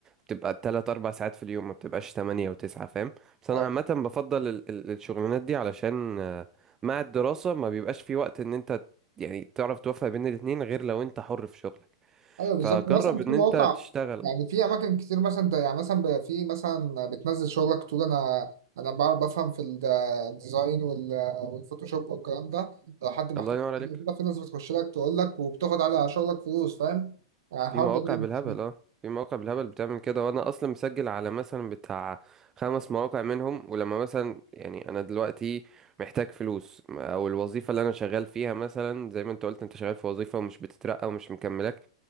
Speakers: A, on the right (about 25°); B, on the right (about 60°).
A: بتبقى تلات أربع ساعات في اليوم ما بتبقاش تمانية وتسعة فاهم بس أنا
B: ايوه
A: عامة بفضل ال- ال- الشغلانات دي علشان آه، مع الدراسة ما بيبقاش في وقت إن أنت يعني تعرف توفق بين الاتنين غير لو أنت حر في شغلك
B: ايوه بالظبط
A: فجرب
B: مثلا
A: إن
B: في مواقع
A: أنت تشتغل
B: يعني في اماكن كتير مثلا ده يعني مثلا ب- في مثلا بتنزل شغلك تقول انا انا بعرف بفهم في الد- الديزاين وال- والفوتوشوب والكلام ده لو حد محتاج
A: الله ينور عليك
B: حاجة كده في ناس بتخش لك تقول لك وبتاخد على شغلك فلوس فاهم يعني الحوار
A: في مواقع
B: ده جامد
A: بالهبل اه في مواقع بالهبل بتعمل كده وانا اصلا مسجل على مثلا بتاع خمس مواقع منهم ولما مثلا يعني انا دلوقتي محتاج فلوس او الوظيفه اللي انا شغال فيها مثلا زي ما انت قلت انت شغال في وظيفه ومش بتترقى ومش مكملك